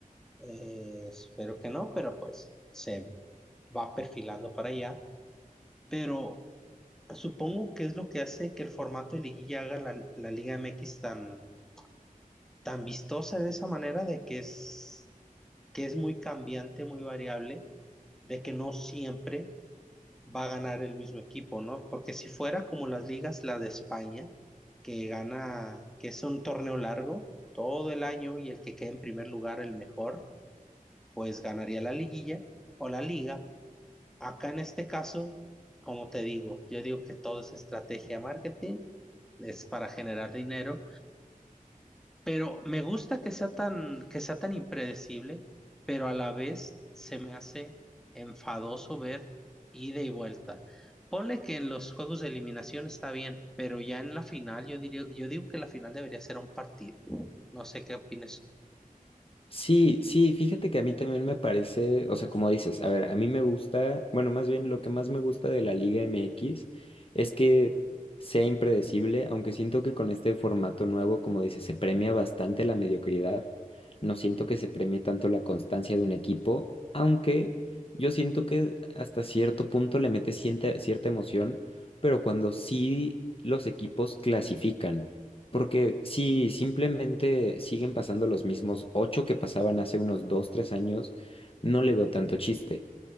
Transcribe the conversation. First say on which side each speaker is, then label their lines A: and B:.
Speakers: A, in the centre; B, on the left (about 40°).
A: Eh, espero que no, pero pues se va perfilando para allá. Pero Supongo que es lo que hace que el formato de liguilla haga la, la Liga MX tan, tan vistosa de esa manera, de que es, que es muy cambiante, muy variable, de que no siempre va a ganar el mismo equipo, ¿no? Porque si fuera como las ligas, la de España, que gana, que es un torneo largo todo el año y el que quede en primer lugar, el mejor, pues ganaría la liguilla o la liga, Acá en este caso, como te digo, yo digo que todo es estrategia de marketing, es para generar dinero, pero me gusta que sea tan, que sea tan impredecible, pero a la vez se me hace enfadoso ver ida y vuelta. Ponle que en los juegos de eliminación está bien, pero ya en la final yo diría, yo digo que la final debería ser un partido. No sé qué opinas.
B: Sí, sí, fíjate que a mí también me parece, o sea, como dices, a ver, a mí me gusta, bueno, más bien lo que más me gusta de la Liga MX es que sea impredecible, aunque siento que con este formato nuevo, como dices, se premia bastante la mediocridad, no siento que se premie tanto la constancia de un equipo, aunque yo siento que hasta cierto punto le mete cierta, cierta emoción, pero cuando sí los equipos clasifican. Porque si simplemente siguen pasando los mismos ocho que pasaban hace unos dos, tres años, no le veo tanto chiste.